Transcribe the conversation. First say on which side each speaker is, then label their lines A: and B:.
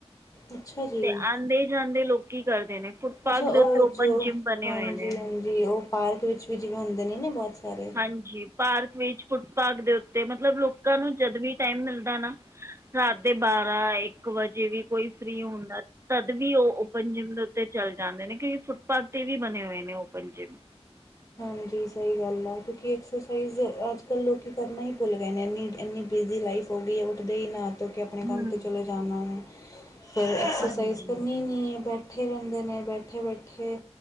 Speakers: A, on the left (about 30°); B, on the right (about 25°).
A: ਅੱਛਾ ਜੀ
B: ਤੇ ਆਉਂਦੇ ਜਾਂਦੇ ਲੋਕ ਕੀ ਕਰਦੇ ਨੇ ਫੁੱਟਪਥ
A: ਅੱਛਾ ਉਹ
B: ਦੇ ਉੱਤੇ ਓਪਨ
A: ਜੋ
B: ਜਿੰਮ ਬਣੇ
A: ਹਾਂਜੀ
B: ਹੋਏ ਨੇ
A: ਹਾਂਜੀ ਉਹ ਪਾਰਕ ਵਿੱਚ ਵੀ ਜਿਵੇਂ ਹੁੰਦੇ ਨੇ ਨਾ ਬਹੁਤ ਸਾਰੇ
B: ਹਾਂਜੀ ਪਾਰਕ ਵਿੱਚ ਫੁੱਟਪਥ ਦੇ ਉੱਤੇ ਮਤਲਬ ਲੋਕਾਂ ਨੂੰ ਜਦ ਵੀ ਟਾਈਮ ਮਿਲਦਾ ਨਾ ਰਾਤ ਦੇ ਬਾਰਾਂ ਇੱਕ ਵਜੇ ਵੀ ਕੋਈ ਫ੍ਰਰੀ ਹੁੰਦਾ ਤਦ ਵੀ ਉਹ ਓਪਨ ਜਿੰਮ ਦੇ ਉੱਤੇ ਚੱਲ ਜਾਂਦੇ ਨੇ ਕਿਉਂਕਿ ਫੁੱਟਪਾਥ ਤੇ ਵੀ ਬਣੇ ਹੋਏ ਨੇ ਓਪਨ ਜਿੰਮ
A: ਹਾਂਜੀ ਸਹੀ ਗੱਲ ਆ ਕਿਉਂਕਿ ਐਕਸਰਸਾਈਜ਼ ਅੱਜ ਕੱਲ੍ਹ ਲੋਕ ਕਰਨਾ ਹੀ ਭੁੱਲ ਗਏ ਨੇ ਇੰਨੀ ਇੰਨੀ ਬਿਜ਼ੀ ਲਾਈਫ ਉਹ ਵੀ ਉੱਠਦੇ ਹੀ ਨਾ ਕਿਉਂਕਿ ਆਪਣੇ ਕੰਮ
B: ਹੂੰ
A: ਤੇ ਚਲੇ ਜਾਂਨਾ ਵੈਂ, ਫਿਰ ਐਕਸਰਸਾਈਜ਼
B: ਹਾਂਜੀ
A: ਕਰਨੀ ਨੀ ਏ, ਬਟ ਠੇ ਰਹਿੰਦੇ ਨੇ, ਬੈਠੇ-ਬੈਠੇ